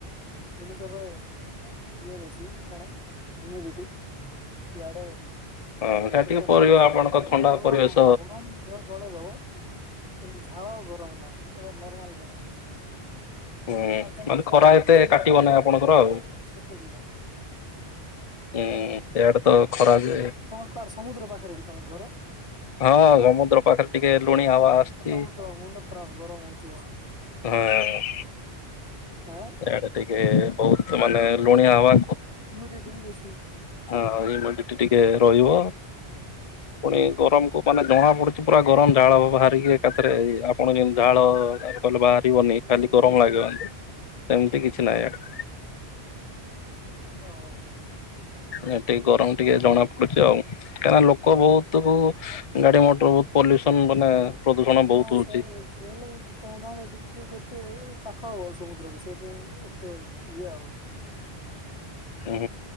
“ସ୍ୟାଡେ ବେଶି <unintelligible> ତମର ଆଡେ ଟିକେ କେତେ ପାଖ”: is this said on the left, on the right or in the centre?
Left